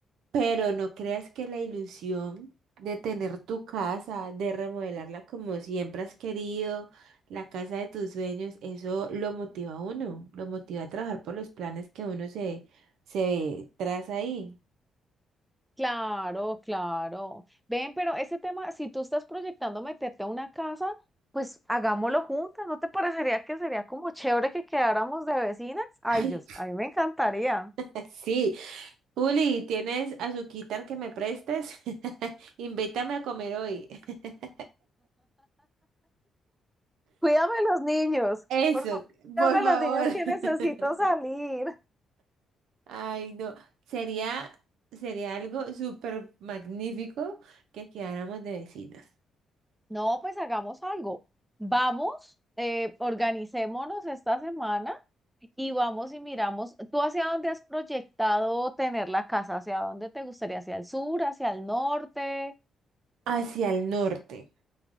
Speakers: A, on the right; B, in the centre.
A: Pero no creas que la ilusión de tener tu casa, de remodelarla como siempre has querido, la casa de tus sueños, eso lo motiva a uno, lo motiva a trabajar por los planes que uno se, se traza ahí.
B: Claro, claro. Ven, pero ese tema, si tú estás proyectando meterte a una casa, pues hagámoslo juntas. ¿No te parecería que sería como chévere que quedáramos de vecinas? Ay,
A: Ay,
B: Dios, a mí me encantaría.
A: <laughs> sí. Juli, ¿tienes azuquitar que me prestes? <laughs> Invítame a comer hoy. <laughs>
B: Cuídame los niños,
A: Eso,
B: por favor, cuídame
A: por favor.
B: los niños que
A: <laughs>
B: necesito salir.
A: Ay, no, sería, sería algo súper magnífico que quedáramos de vecinas.
B: No, pues hagamos algo. Vamos, eh, organicémonos esta semana y vamos y miramos. ¿Tú hacia dónde has proyectado tener la casa? ¿Hacia dónde te gustaría? ¿Hacia el sur, hacia el norte?
A: Hacia el norte.